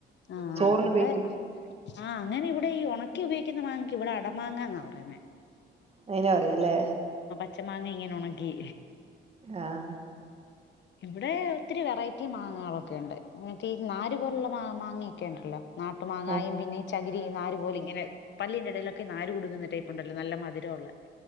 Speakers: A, on the left; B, on the right.
A: ആഹ്
B: ചോറിന്
A: ആഹ് ഇവിടെ
B: ഉപയോഗിക്കും
A: ആഹാ അങ്ങനെ ഇവിടെ ഈ ഉണക്കി ഉപയോഗിക്കുന്ന മാങ്ങയ്ക്ക് ഇവിടെ അടമാങ്ങാന്നാ പറയുന്നേ
B: അയിനാ പറയല്ലേ
A: പച്ച മാങ്ങ ഇങ്ങനെ ഒണക്കി.
B: ആഹ്
A: ഇവിടെ ഒത്തിരി വെറൈറ്റി മാങ്ങളൊക്കെ ഉണ്ട്. മറ്റെ ഈ നാരു പോലെയുള്ള മാ മാങ്ങയൊക്കെ ഉണ്ടല്ലോ? നാട്ടു മാങ്ങായും
B: ആഹ്
A: പിന്നെ ചകിരി നാരു പോലെ ഇങ്ങനെ, പല്ലിന്റെ ഇടയിലൊക്കെ നാര് കുടുങ്ങുന്ന ടൈപ്പ് ഉണ്ടല്ലോ നല്ല മധുരുള്ള